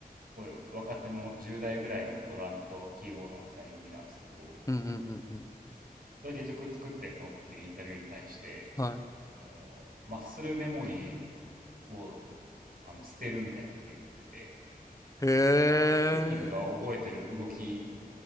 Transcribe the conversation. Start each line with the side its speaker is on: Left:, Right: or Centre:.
Right: すごい若手の10代ぐらいのドラムとキーボードの2人組なんですけど、
Left: うんうんうんうん。
Right: どうやって曲作ってるのっていうインタビューに対して、
Left: は
Right: その、マッスルメモリーをあの捨てるみたいなことを言ってて、
Left: い。へえ。
Right: あの筋肉が覚えてる動き